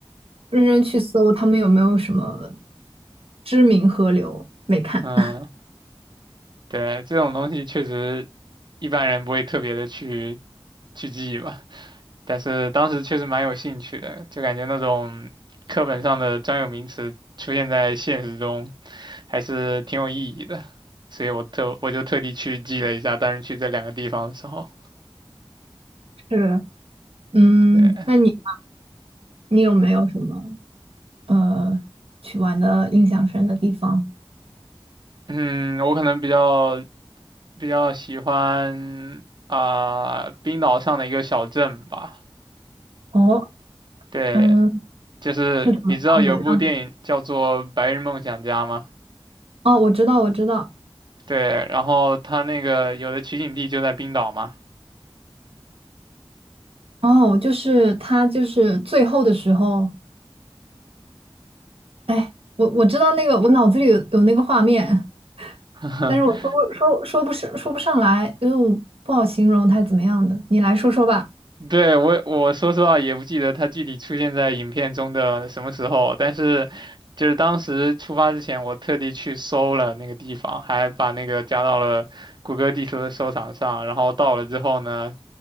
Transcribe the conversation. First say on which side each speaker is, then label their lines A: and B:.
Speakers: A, on the right; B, on the right.
A: 认真去搜他们有没有什么知名河流，没看。
B: 嗯，
A: <laughs>
B: 对，这种东西确实一般人不会特别的去去记吧，但是当时确实蛮有兴趣的，就感觉那种课本上的专有名词出现在现实中还是挺有意义的，所以我特我就特地去记了一下，当时去这两个地方的时候，
A: 是，嗯，
B: 对，
A: 那你你有没有什么呃去玩的印象深的地方？
B: 嗯，我可能比较比较喜欢啊、冰岛上的一个小镇吧，
A: 哦。
B: 对。
A: 嗯。
B: 就是你知道有部电影叫做《白日梦想家》吗？
A: 是怎么样的？让你哦，我知道，我知道。
B: 对，然后他那个有的取景地就在冰岛嘛。
A: 哦，就是他，就是最后的时候，哎，我我知道那个，我脑子里有有那个画面，
B: <laughs>
A: 但是我说不说说不上说不上来，因为我不好形容他怎么样的。你来说说吧。
B: 对，我我说实话也不记得他具体出现在影片中的什么时候，但是就是当时出发之前，我特地去搜了那个地方，还把那个加到了谷歌地图的收藏上，然后到了之后呢，